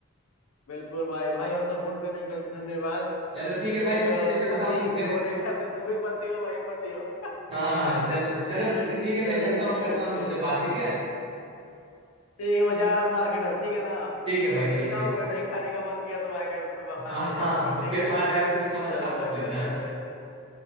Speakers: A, on the left; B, on the right.
A: बिल्कुल भाई भाई और सपोर्ट करने के लिए धन्यवाद
B: चलो ठीक है भाई
A: एक
B: मैं
A: अ,
B: तुम्हें चलता
A: पति
B: हूँ फिर
A: के होने के नाते तुम भी पति हो मैं भी पति हूँ
B: हाँ हाँ
A: <laughs>
B: हाँ, चल चलो फिर ठीक है
A: चलो
B: मैं चलता
A: ठीक
B: हूँ करता
A: है
B: हूँ
A: फिर
B: तुमसे बात ठीक है
A: ठीक है मैं जा रहा हूँ मार्केट अब ठीक है ना
B: ठीक है भाई
A: देखता
B: ठीक है
A: हूँ अगर नहीं खाने का मन किया तो आकर सामान
B: हाँ
A: ले जाऊंगा
B: हाँ
A: ठीक
B: फिर
A: है
B: बाहर जाके कुछ खा
A: चलो
B: खा मत
A: भाई मिलते
B: लेना
A: हैं फिर